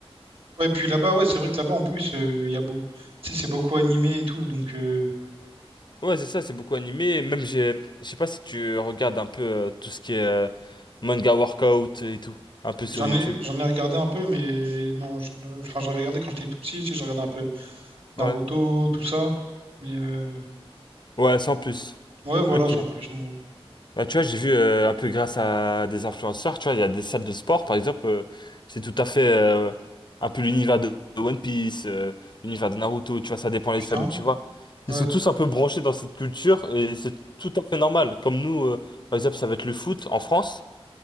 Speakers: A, on the right (about 65°); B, on the left (about 50°).
A: Ouais, puis là-bas, ouais, c'est vrai que là-bas, en plus, euh, il y a beaucoup, tu sais, c'est beaucoup animé et tout, donc euh,
B: Ouais, c'est ça, c'est beaucoup animé. Même, j'ai, je sais pas si tu regardes un peu euh, tout ce qui est euh, manga workout et tout, un peu
A: j'en
B: sur YouTube.
A: ai, j'en ai regardé un peu, mais non, je- enfin, j'ai regardé quand j'étais tout petit, tu sais, j'ai regardé un peu. Naruto,
B: Ouais.
A: tout ça. Mais euh,
B: Ouais, sans plus.
A: ouais, voilà,
B: Ok.
A: sans plus, en gros.
B: Bah, tu vois, j'ai vu euh, un peu grâce à des influenceurs, tu vois, il y a des salles de sport, par exemple, euh, c'est tout à fait euh, un peu l'univers de de One Piece, euh, l'univers de Naruto, tu vois, ça dépend les
A: Putain.
B: salles où tu vas. Ils
A: Ouais,
B: sont tous un peu branchés dans cette culture et c'est tout à fait normal. Comme nous, euh, par exemple, ça va être le foot en France.